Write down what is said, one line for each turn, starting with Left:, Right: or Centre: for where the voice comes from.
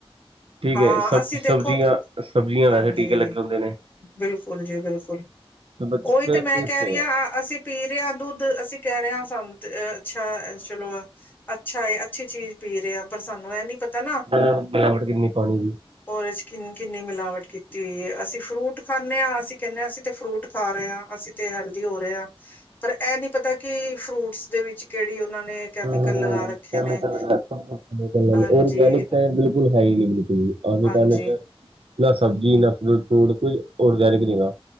Right: ਠੀਕ
Left: ਹਾਂ
Right: ਏ, ਸਬ
Left: ਅਸੀਂ ਦੇਖੋ
Right: ਸਬਜ਼ੀਆਂ-ਸਬਜ਼ੀਆਂ
Left: ਹਾਂਜੀ
Right: ਵੈਸੇ ਟੀਕੇ ਲੱਗੇ ਹੁੰਦੇ ਨੇ।
Left: ਬਿਲਕੁਲ ਜੀ ਬਿਲਕੁਲ,
Right: ਤੇ ਬੱਚੇ
Left: ਓਹੀ ਤੇ ਮੈਂ
Right: ਕਿੱਥੇ
Left: ਕਹਿ ਰਹੀ ਆਂ।
Right: ਆ
Left: ਅਸੀਂ ਪੀ ਰਹੇ ਹਾਂ ਦੁੱਧ, ਅਸੀਂ ਕਹਿ ਰਹੇ ਹਾਂ, ਸਾਨੂੰ ਤੇ ਅ ਅੱਛਾ ਚਲੋ ਅ ਅੱਛਾ ਏ, ਅੱਛੀ ਚੀਜ਼ ਪੀ ਰਿਹਾ ਆਂ, ਪਰ ਸਾਨੂੰ ਇਹ ਨੀ ਪਤਾ ਨਾ
Right: ਅੱਜ ਮਿਲਾਵਟ ਕਿੰਨੀ ਏ ਪਾਣੀ ਦੀ।
Left: ਉਹਦੇ ਚ ਕਿੰਨ ਕਿੰਨੀ ਮਿਲਾਵਟ ਕੀ ਤੇ ਅਸੀਂ ਫਰੂਟ ਖਾਂਨੇ ਆਂ, ਅਸੀਂ ਕਹਿੰਨੇ ਆਂ, ਅਸੀਂ ਤੇ ਫਰੂਟ ਖਾ ਰਹੇ ਆਂ, ਅਸੀਂ ਤੇ ਹੈਲਦੀ ਹੋ ਰਹੇ ਆਂ। ਪਰ ਇਹ ਨੀ ਪਤਾ ਕਿ ਫਰੂਟਸ ਦੇ ਵਿੱਚ ਕਿਹੜੀ ਉਹਨਾਂ ਨੇ ਕੈਮੀਕਲ
Right: ਹਾਂ-ਹਾਂ,
Left: ਲਗਾ ਰੱਖੇ ਨੇ
Right: <inaudible>
Left: ਹਾਂਜੀ
Right: ਔਰਗੈਨਿਕ ਐ ਬਿਲਕ ਬਿਲਕੁਲ ਹੈ ਹੀ ਨੀ ਬਿਲਕੁਲ, ਅੱਜ ਦੇ
Left: ਹਾਂਜੀ
Right: ਟਾਈਮ ਚ ਨਾ ਸਬਜ਼ੀ ਨਾ ਫੂਡ ਕੁਝ ਔਰਗੈਨਿਕ ਨਹੀਂ ਗਾ,